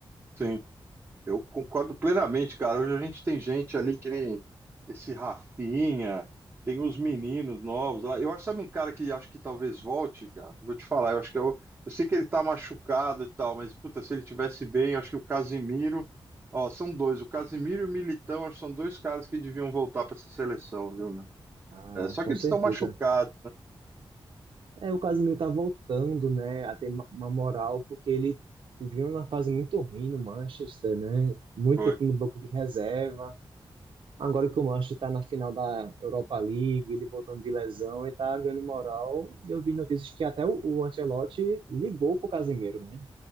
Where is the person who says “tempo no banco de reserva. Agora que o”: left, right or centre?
Right